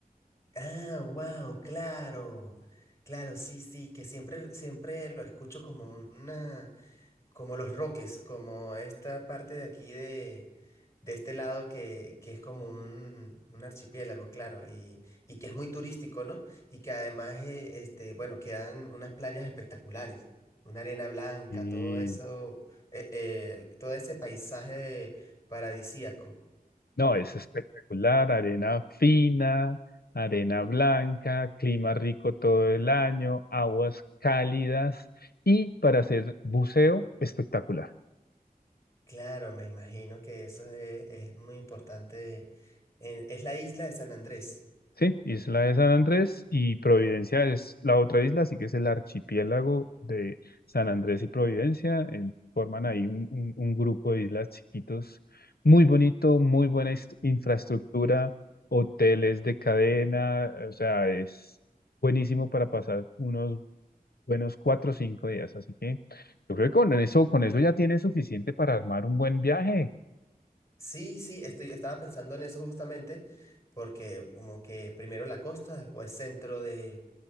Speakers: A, on the left; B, on the left.
A: Ah, wow, claro. Claro, sí, sí, que siempre, siempre lo escucho como una, como los roques, como esta parte de aquí de, de este lado que, que es como un, un archipiélago, claro, y, y que es muy turístico, ¿no? Y que además, eh, este, bueno, quedan unas playas espectaculares, una arena blanca,
B: y
A: todo eso, eh, eh, todo ese paisaje paradisíaco.
B: No, es espectacular, arena fina, arena blanca, clima rico todo el año, aguas cálidas y para hacer buceo, espectacular.
A: Claro, me imagino que eso es, es muy importante. En- es la isla de San Andrés.
B: Sí, Isla de San Andrés y Providencia es la otra isla, así que es el archipiélago de San Andrés y Providencia. en- forman ahí un, un- un grupo de islas chiquitos, muy bonito, muy buena hist- infraestructura, hoteles de cadena, o sea, es buenísimo para pasar unos buenos cuatro o cinco días. Así que yo creo que con eso, con eso ya tienes suficiente para armar un buen viaje.
A: Sí, sí, estoy, estaba pensando en eso justamente, porque como que primero la costa, después centro de,